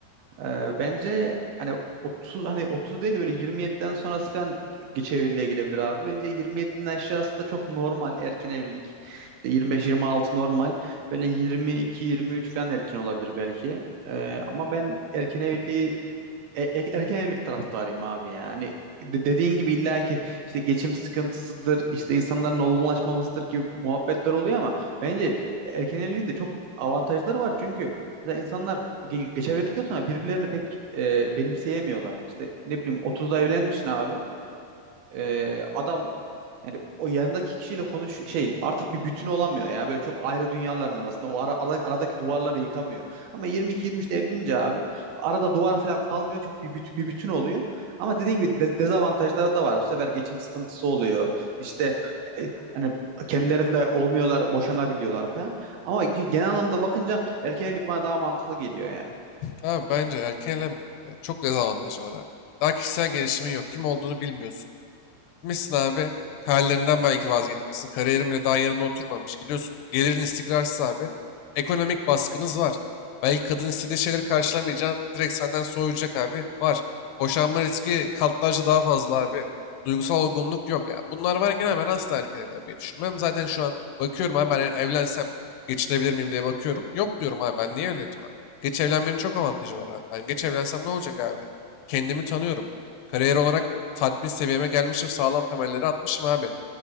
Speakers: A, on the right (about 75°); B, on the left (about 80°).
A: Ee, bence hani 30 hani 30 değil de böyle 27'den sonrası falan geç evliliğe girebilir abi. Bence 27'nin aşağısı da çok normal erken evlilik. İşte 25-26 normal. Böyle 22-23 falan erken olabilir belki. Ee, ama ben erken evliliği e- e- erken evlilik taraftarıyım abi ya. Hani de- dediğin gibi illa ki işte geçim sıkıntısıdır, işte insanların olgunlaşmamasıdır gibi muhabbetler oluyor ama bence erken evliliğin de çok avantajları var. Çünkü mesela insanlar ge- geç evlendikten sonra birbirlerini pek e, benimseyemiyorlar. İşte ne bileyim 30'da evlenmişsin abi. E, adam yani o yanındaki kişiyle konuş şey artık bir bütün olamıyor ya. Böyle çok ayrı dünyaların arasında. O ara, ara- aradaki duvarları yıkamıyor. Ama 22-23'te evlenince abi arada duvar falan kalmıyor. Çok bir, büt- bir bütün oluyor. Ama dediğin gibi de- dezavantajları da var. Bu sefer geçim sıkıntısı oluyor. İşte e, hani kendilerinde olmuyorlar, boşanabiliyorlar falan. Ama genel anlamda bakınca erkek evlilik bana daha mantıklı geliyor ya.
B: Abi bence erken evlenmek yani çok dezavantajı var abi. Daha kişisel gelişimin yok. Kim olduğunu bilmiyorsun. Gitmişsin abi. Kariyerinden belki vazgeçmişsin. Kariyerin bile daha yerine oturmamış. Gidiyorsun gelirin istikrarsız abi. Ekonomik baskınız var. Belki kadın istediği şeyleri karşılamayacaksın. Direkt senden soğuyacak abi. Var. Boşanma riski katlarca daha fazla abi. Duygusal olgunluk yok. Yani bunlar varken abi ben asla erken evlenmeyi düşünmem. Zaten şu an bakıyorum abi ben evlensem geçinebilir miyim diye bakıyorum. Yok diyorum abi ben niye evleneceğim abi. Geç evlenmenin çok avantajı var abi. Ben geç evlensem ne olacak abi? Kendimi tanıyorum. Kariyer olarak tatmin seviyeme gelmişim. Sağlam temelleri atmışım abi.